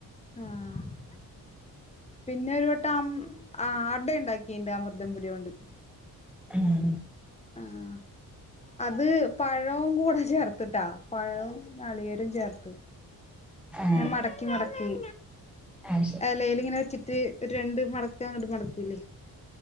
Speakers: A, on the left; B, in the centre.
A: ആ പിന്നെ ഒരു വട്ടം അട ഉണ്ടാക്കിയിണ്ട് അമൃതംപൊടിയ കൊണ്ട്.
B: ഉം
A: ആഹ അത് പഴവും കൂടെ ചേർത്തിട്ടാ പഴവും നാളികേരവും ചേർത്ത്
B: ആഹ്
A: മടക്കി മടക്കി
B: അത് ശരി
A: എലെ ങ്ങനെ വെച്ചിട്ട് ഒരു രണ്ട് മടക്ക അങ്ങോട്ട് മടക്കൂല്ലേ